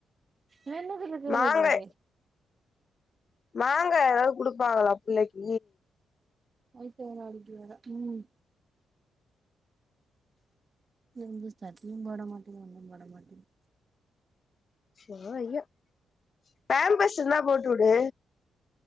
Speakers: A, on the right; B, on the left.
A: மென பிலக்குளை
B: மாங்கா
A: போதே
B: மாங்கா ஏதாது குடுப்பாங்களா பிள்ளைக்கு
A: ஐத்த வேற நாளைக்கி வாரா ம் வந்து சட்டியு போட மாட்டேங்கு ஒன்னு போட மாட்டேங்
B: ஐயோ ஐயோ பேம்பஸ் இருந்தா போட்டு விடு